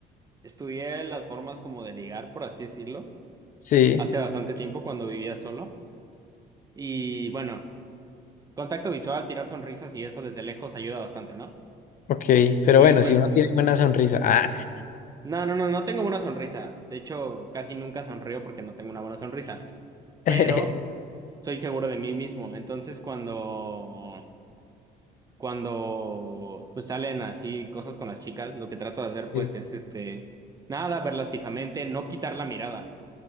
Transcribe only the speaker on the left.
Sí,
ok, pero
bueno,
si uno tiene buena sonrisa. Ah,
<laughs>
Sí.